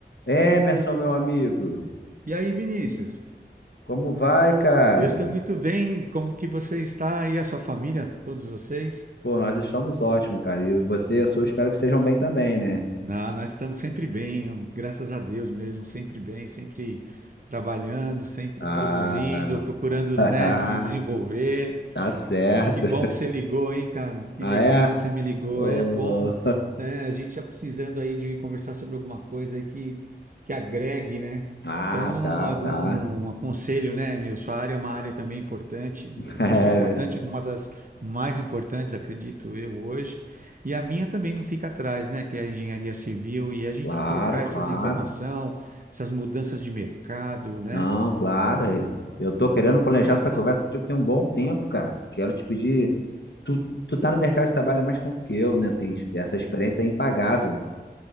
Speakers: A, on the left; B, on the right.
A: Emerson, meu amigo,
B: E aí, Vinícius?
A: como vai, cara?
B: Eu estou muito bem. Como que você está e a sua família, todos vocês?
A: Pô, nós estamos ótimos, cara. E você e a sua, espero que estejam bem também, né?
B: Na- nós estamos sempre bem, graças a Deus mesmo, sempre bem, sempre trabalhando, sempre
A: Ah,
B: produzindo, procurando,
A: <laughs>
B: né, se desenvolver.
A: tá certo.
B: Que bom que você ligou, hein, cara? Que
A: Ah,
B: legal
A: é?
B: que você me ligou.
A: Ô,
B: É bom, né? A gente tá precisando aí de conversar sobre alguma coisa aí que, que agregue, né?
A: Ah,
B: Então, é um-
A: tá,
B: algum
A: tá.
B: um aconselho, né, meu? Sua área é uma área também importante,
A: <laughs>
B: muito importante,
A: É,
B: uma das mais importantes, acredito eu, hoje. E a minha também não fica atrás, né? Que é a engenharia civil e a gente
A: claro,
B: trocar
A: claro.
B: essas informações, essas mudanças de mercado, né?
A: Não, claro.
B: É, O
A: é, Eu tô querendo planejar
B: que você acha?
A: essa conversa contigo tem um bom tempo, cara. Quero te pedir.
B: Pô,
A: Tu, tu tá no mercado de trabalho há mais tempo que eu, né? Tem essa experiência
B: é.
A: é impagável.